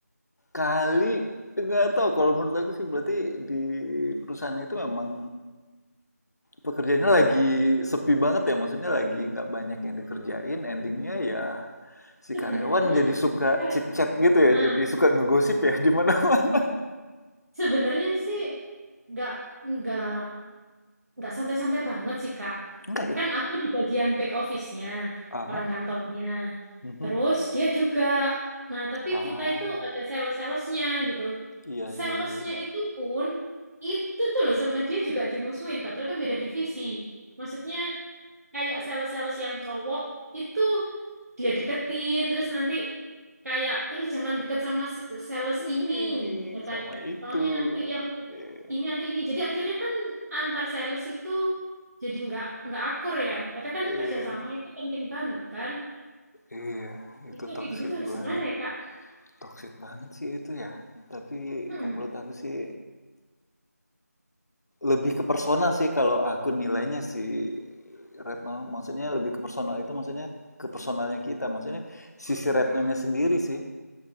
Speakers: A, on the left (about 70°); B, on the right (about 60°).
A: kali nggak tahu kalau menurut aku sih berarti di perusahaan itu memang pekerjaannya lagi sepi banget ya, maksudnya lagi nggak banyak yang dikerjain, endingnya ya si
B: Sebenarnya,
A: karyawan jadi suka
B: ya,
A: chit-chat gitu ya,
B: nah,
A: jadi suka ngegosip ya di mana-mana.
B: sebenarnya sih nggak nggak nggak santai-santai banget sih, Kak.
A: <laughs> Enggak ya?
B: Kan aku di bagian back office-nya,
A: Ah
B: orang kantornya.
A: mhm.
B: Terus dia juga. Nah, tapi
A: Ah,
B: kita itu ada sales-salesnya gitu.
A: iya
B: Salesnya
A: iya iya iya.
B: itu pun itu tuh loh sama dia juga dimusuhin. Padahal kan beda divisi. Maksudnya kayak sales-sales yang cowok itu dia deketin terus nanti kayak eh jangan deket sama si- sales
A: Nah
B: ini
A: ini,
B: ya kan
A: sama itu.
B: soalnya nanti yang
A: eh
B: ini nanti ini jadi akhirnya kan antar sales itu jadi nggak nggak akur ya padahal kan
A: iya,
B: kerjasama itu penting banget kan
A: iya, itu
B: itu
A: toxic
B: kayak gitu tuh harus
A: banget.
B: gimana ya kak
A: Toxic banget sih itu ya. Tapi
B: Mm-mm,
A: kalau menurut aku sih lebih ke personal sih kalau aku nilainya sih Retno. Maksudnya lebih ke personal itu maksudnya ke personalnya kita. Maksudnya sisi Retnonya sendiri sih.